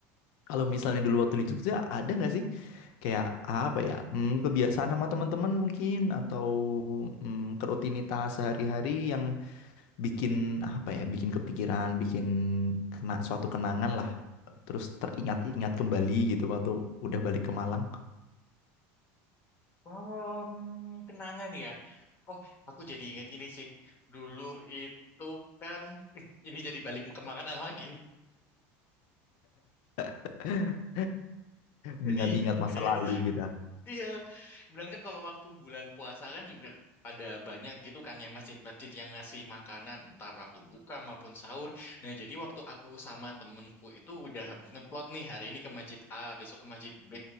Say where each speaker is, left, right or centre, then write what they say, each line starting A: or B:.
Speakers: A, on the left; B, on the left.
A: kalau misalnya dulu waktu di Jogja ada nggak sih kayak apa ya hmm, kebiasaan sama teman-teman mungkin atau hmm, kerutinitas sehari-hari yang bikin apa ya bikin kepikiran bikin kena suatu kenangan lah terus teringat-ingat kembali gitu waktu udah balik ke Malang
B: Oh, kenangan ya. Oh, aku jadi inget ini sih. Dulu itu kan <laughs> ini jadi balik ke makanan lagi.
A: <laughs> mengingat-ingat
B: Jadi udah
A: masa lalu gitu.
B: Iya, kemudian kan kalau waktu bulan puasa kan juga ada banyak gitu kan yang masjid-masjid yang ngasih makanan entah waktu buka maupun sahur. Nah, jadi waktu aku sama temenku itu udah ngeplot nih hari ini ke masjid A, besok ke masjid B,